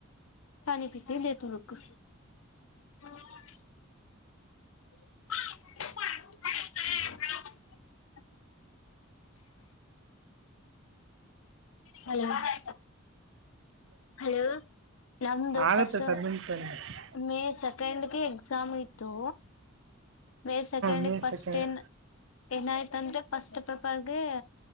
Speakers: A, on the left; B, on the right.
A: ಪಾನೀ ಪೀತಿ ಲೇತಿ ರುಕ್ <unintelligible> <unintelligible> ಹ ಹಲೋ ನಮ್ದು
B: ಆಗುತ್ತೆ
A: ಫಸ್ಟ್
B: ಸಬ್ಮಿಟ್ ಹ್ಞೂ
A: ಮೇ ಸೆಕೆಂಡ್ಗೆ ಎಕ್ಸಾಮ್ ಇತ್ತು ಮೇ ಸೆಕೆಂಡ್
B: ಮೇ
A: ಫಸ್ಟ್ನ್
B: ಸೆಕೆಂಡ್
A: ಏನಾಯ್ತ ಅಂದ್ರೆ ಫಸ್ಟ್ ಪೇಪರ್ಗೆ